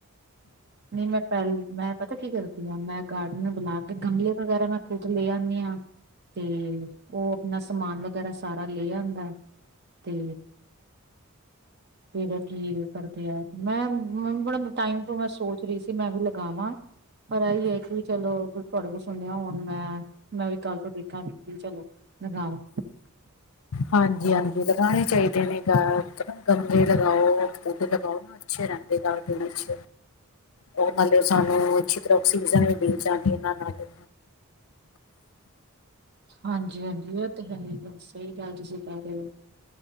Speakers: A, on the right (about 50°); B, on the left (about 70°).
A: ਨਹੀਂ ਮੈਂ, ਪਹਿਲ ਮੈਂ ਪਤਾ ਕੀ ਕਰਦੀ ਹਾਂ, ਮੈਂ ਗਾਰਡਨ ਨੂੰ ਬੁਲਾ ਕੇ ਗਮਲੇ, ਵਗੈਰਾ ਮੈਂ ਖੁੱਦ, ਲੈ ਆਉਦੇ ਹਾਂ ਤੇ, ਉਹ ਆਪਣਾ ਸਮਾਨ ਵਗੈਰਾ, ਸਾਰਾ ਲੈ ਆਉਂਦਾ ਤੇ, ਫਿਰ ਕੀ ਕਰਦੇ ਆ ਮੈਂ, ਬੜੇ ਟਾਈਮ ਤੋਂ ਮੈਂ ਸੋਚ ਰਹੀ ਸੀ, ਮੈਂ ਵੀ ਲਗਾਵਾਂ ਪਰ ਇਹੀ ਹੈ ਕਿ, ਚਲੋ ਤੁਹਾਡੇ ਕੋਲ ਸੁਣਿਆ ਹੁਣ ਮੈਂ -ਮੈਂ ਵੀ ਕੱਲ ਤੋਂ, ਦੇਖਾਂ ਡਕ ਚਲੋ ਲਗਾਵਉਂ
B: ਹਾਂਜੀ -ਹਾਂਜੀ ਲਗਾਉਣੇ ਚਾਹੀਦੇ ਨੇ, ਗ ਨਾ ਗੰਮਲੇ ਲਗਾਓ ਬਧ ਲਗਾਓ? ਪਿਛੇ ਰਹਿੰਦੇ, ਘਰ ਦੇ ਵਿੱਚ ਉਹ ਮਤਲਬ, ਸਾਨੂੰ ਅੱਛੀ ਤਰ੍ਹਾਂ ਆਕਸੀਜਨ ਵੀ ਮਿਲ ਜਾਂਦੀ, ਇਹਨਾਂ ਨਾਲ
A: ਹਾਂਜੀ- ਹਾਂਜੀ ਇਹ ਤਾਂ ਹੈ ਸਹੀ ਗੱਲ ਤੁਸੀਂ, ਕਹਿ ਰਹੇ ਹੋ।